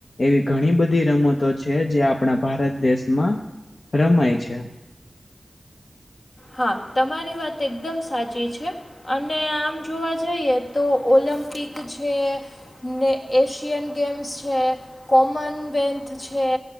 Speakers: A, on the left (about 70°); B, on the left (about 55°).
A: એવી ઘણી બધી રમતો છે, જે આપણા ભારત દેશમાં રમાય છે.
B: હા, તમારી વાત એકદમ સાચી છે. અને આમ જોવા જઈએ, તો ઓલમ્પિક છે. ને એશિયન ગેમ્સ છે, કોમનવેલ્થ છે.